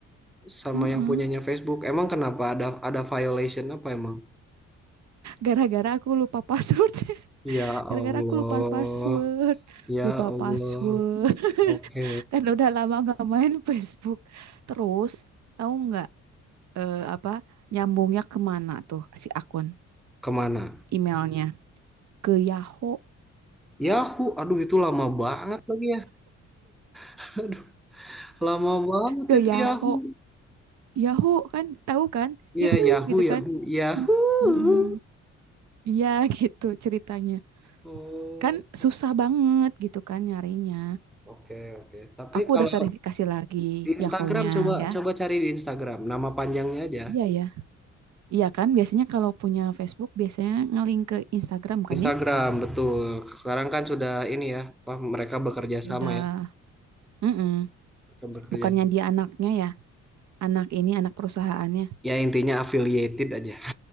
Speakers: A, in the centre; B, on the right.
A: Sama
B: Mm-mm.
A: yang punyanya Facebook. Emang kenapa ada ada violation apa emang?
B: Gara-gara aku lupa password. <laughs>
A: Ya Allah,
B: Gara-gara aku lupa password.
A: ya
B: Lupa
A: Allah.
B: password. <laughs>
A: Oke.
B: Kan udah lama gak main Facebook. Terus tahu nggak eh, apa nyambungnya kemana tuh si akun
A: Kemana?
B: emailnya ke Yahoo
A: Yahoo, aduh itu lama banget lagi ya. <laughs> Aduh, lama banget
B: ke
A: itu
B: Yahoo
A: Yahoo.
B: Yahoo kan tahu kan
A: Ya
B: Yahoo
A: Yahoo,
B: gitu
A: Yahoo,
B: kan
A: Yahoo.
B: Mm, mm-mm. iya <laughs> gitu ceritanya
A: Oh,
B: kan susah banget gitu kan nyarinya
A: oke oke. Tapi
B: aku
A: kalau
B: udah verifikasi lagi
A: Di Instagram
B: Yahoo-nya
A: coba
B: ya
A: coba cari di Instagram nama panjangnya aja.
B: iya ya iya kan biasanya kalau punya Facebook biasanya ngelink ke Instagram kan
A: Instagram
B: ya
A: betul. Sekarang kan sudah ini ya, apa mereka bekerja
B: sudah
A: sama ya,
B: mm
A: mereka bekerja.
B: Bukannya dia anaknya ya, anak ini anak perusahaannya
A: Ya intinya affiliated aja.